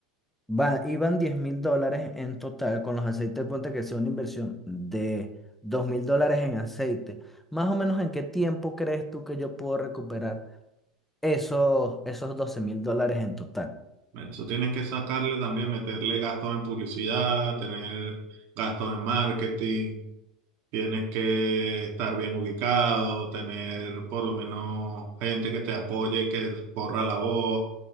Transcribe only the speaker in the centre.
Va, iban diez mil dólares en total con los aceites, ponte que sea una inversión de dos mil dólares en aceite. Más o menos, ¿en qué tiempo crees tú que yo puedo recuperar esos, esos doce mil dólares en total?